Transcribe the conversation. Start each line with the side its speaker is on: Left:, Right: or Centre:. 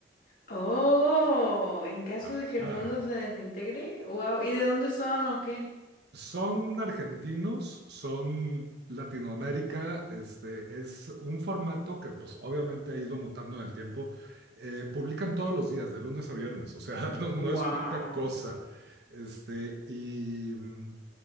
Left: Oh, en caso
Right: Ajá.
Left: de que el mundo se desintegre, wow, ¿y de dónde son o qué?
Right: Son argentinos, son Latinoamérica, este es un formato que pues obviamente ha ido mutando en el tiempo. Eh, publican todos los días, de lunes a viernes, o sea, <laughs> no, no
Left: Wow.
Right: es poca cosa. Este, y mm,